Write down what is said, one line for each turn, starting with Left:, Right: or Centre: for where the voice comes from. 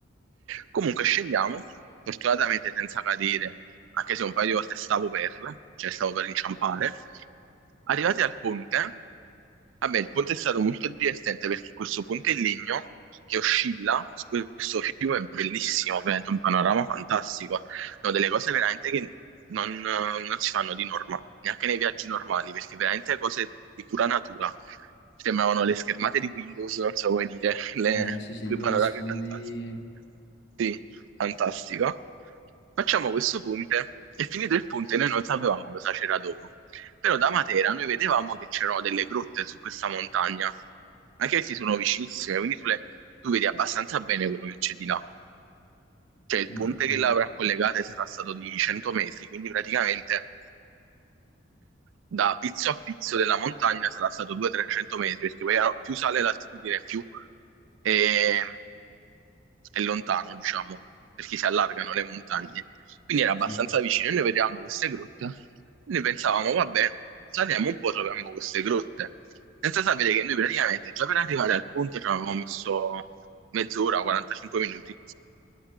Right: Comunque scendiamo, fortunatamente senza cadere, anche se un paio di volte stavo per, cioè stavo per inciampare. Arrivati al ponte, Vabbè, il ponte è stato molto divertente perché questo ponte in legno che oscilla su questo fiume è bellissimo, ovviamente un panorama fantastico. No, delle cose veramente che non, eh, non si fanno di norma, neanche nei viaggi normali, perché veramente cose di pura natura. Sembravano le schermate di Windows, non so come dire, <laughs> le,
Left: Eh, sì, sì,
Right: due
Left: tipo
Right: panorami
Left: gli sfondi...
Right: fantastici. Sì, fantastico. Facciamo questo ponte e finito il ponte noi non sapevamo cosa c'era dopo. Però da Matera noi vedevamo che c'erano delle grotte su questa montagna, anche se sono vicinissime, quindi tu, le- tu vedi abbastanza bene quello che c'è di là. Cioè il
Left: Mm,
Right: ponte
Left: ho capito,
Right: che l'avrà collegata sarà stato di 100 metri, quindi praticamente da pizzo a pizzo della montagna sarà stato 200-300 metri, perché poi era- più sale l'altitudine, più è, è lontano, diciamo, perché si allargano le montagne. Quindi era abbastanza
Left: sì.
Right: vicino. E noi vedevamo queste grotte, noi pensavamo, vabbè, saliamo un po', troviamo queste grotte. Senza sapere che noi praticamente già per arrivare al ponte ci avevamo messo mezz'ora, 45 minuti.